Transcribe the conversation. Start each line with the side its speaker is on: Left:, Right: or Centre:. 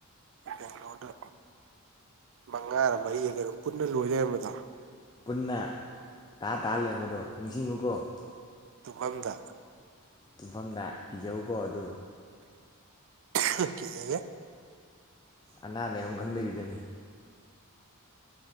Right: ꯕꯦꯡꯒꯂꯣꯔꯗ ꯃꯉꯥꯔꯥ ꯃꯔꯤꯔꯥ ꯀꯩꯅꯣ ꯄꯨꯟꯅ ꯂꯣꯏ ꯂꯩꯔ ꯃꯗꯣ
Left: ꯄꯨꯟꯅ ꯇꯥ ꯇꯥ ꯂꯩꯔꯝꯕꯗꯣ ꯅꯤꯡꯁꯤꯡꯉꯨꯀꯣ-
Right: ꯇꯨꯝꯐꯝꯗ
Left: ꯇꯨꯝꯐꯝꯗ ꯀꯤꯖꯧꯀꯣ ꯑꯗꯨ
Right: ꯍꯞ ꯀꯤꯖꯩꯍꯦ
Left: ꯑꯅꯥ ꯂꯥꯏꯌꯣꯡ ꯈꯪꯗꯕꯤ ꯗꯅꯤ